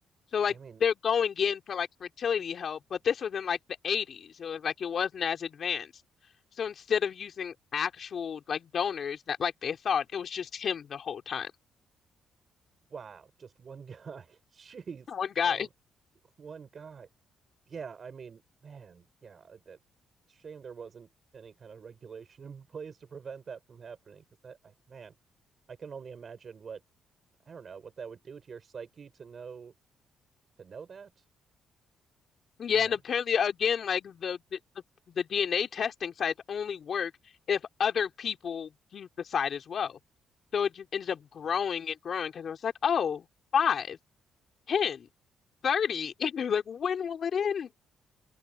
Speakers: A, on the left (about 50°); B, on the right (about 45°).
A: So like
B: i mean
A: they're going in for like fertility help, but this was in like the 80s. It was like it wasn't as advanced. So instead of using actual like donors that like they thought, it was just him the whole time.
B: wow just one <laughs> guy jeez
A: One guy.
B: um one guy yeah i mean man yeah that shame there wasn't any kind of regulation in <laughs> place to prevent that from happening because that i man i can only imagine what I don't know what that would do to your psyche to know to know that.
A: Yeah,
B: Man,
A: and apparently again, like the the, the the DNA testing sites only work if other people use the site as well. So it just ended up growing
B: right.
A: and growing because it was like, oh, five, ten, thirty. <laughs> And they're like, when will it end?